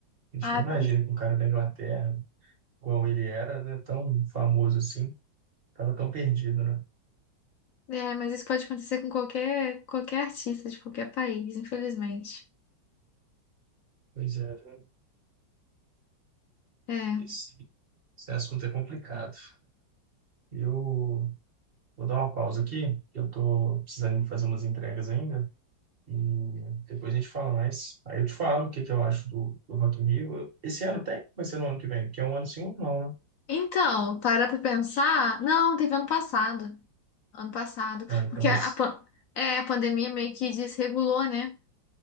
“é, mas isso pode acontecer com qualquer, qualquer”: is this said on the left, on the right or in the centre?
Left